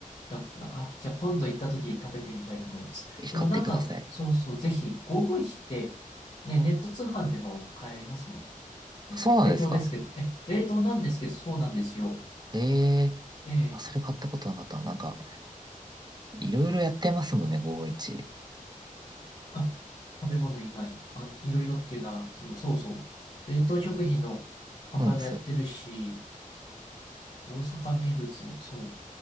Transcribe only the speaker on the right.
ぜひ買ってください。
そうなんですか
ええー。
あ、それ買ったことなかったな。なんか、いろいろやってますもんね、551。
そうなんですよ。